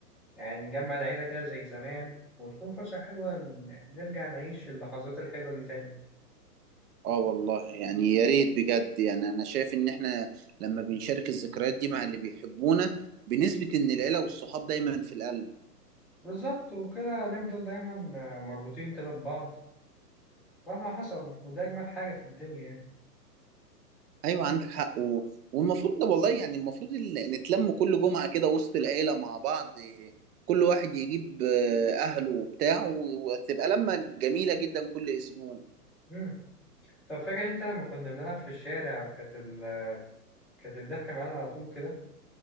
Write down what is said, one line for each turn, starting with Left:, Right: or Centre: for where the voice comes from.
Centre: يعني نجمع العيلة كده زي زمان وتكون فرصة حلوة ن- نرجع نعيش اللحظات الحلوة دي تاني
Right: آه والله يعني يا ريت بجد يعني أنا شايف إن إحنا لما بنشارك الذكريات دي مع اللي بيحبونا بنثبت إن العيلة والصحاب دايما في القلب
Centre: بالظبط وكده نفضل دايما آه، مربوطين كده ببعض مهما حصل وده أجمل حاجة في الدنيا يعني
Right: ايوه عندك حق و... والمفروض ده والله يعني المفروض ال- نتلم كل جمعه كده وسط العيله مع بعض إيه، كل واحد يجيب آه، اهله وبتاع و- وتبقى لمه جميله جدا كل اسبوع
Centre: مم. طب فاكر أنت لما كنا بنلعب في الشارع وكانت ال... كانت الضحكة معانا على طول كده